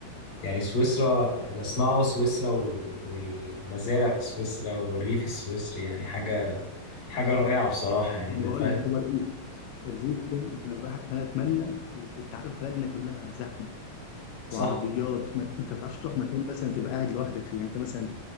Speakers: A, on the left (about 50°); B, on the left (about 80°).
A: يعني سويسرا اللي أسمعه سويسرا و- والمزارع في سويسرا والريف السويسري يعني حاجة حاجة رائعة بصراحة يعني
B: انا
A: ده
B: بقول
A: فاهم
B: لك هو الريف الريف ده أنا الواحد انا اتمنى انت عارف بلدنا كلها زحمه
A: صح؟
B: وعربيات ما... انت ما بتعرفش تروح مكان مثلا تبقى قاعد لوحدك فيه يعني انت مثلا